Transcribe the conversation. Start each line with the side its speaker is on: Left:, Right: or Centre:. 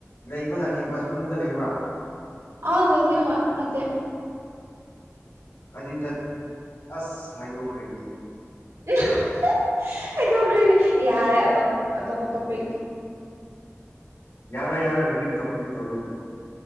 Left: ꯂꯩꯕꯅ ꯀꯦꯝꯄꯁ ꯃꯅꯨꯡꯗ ꯂꯩꯕ꯭ꯔꯥ
Right: ꯑꯥ ꯂꯩꯇꯦ ꯍꯣꯏ ꯅꯠꯇꯦ
Left: ꯀꯗꯤꯝꯖꯠ ꯑꯁ ꯍꯥꯏꯗꯣꯛꯈ꯭ꯔꯦꯅꯦ
Right: <unintelligible> ꯍꯥꯏꯗꯣꯛꯈ꯭ꯔꯤꯅꯦ ꯌꯥꯔꯦ ꯑꯇꯣꯞ ꯑꯇꯣꯞꯄ ꯇꯣꯞꯄꯤꯛ
Left: ꯌꯥꯔꯣꯏ ꯌꯥꯔꯣꯏ ꯍꯧꯖꯤꯛꯀꯤ ꯇꯣꯄꯤꯛꯇꯨ ꯇꯧꯗꯣꯏꯅꯤ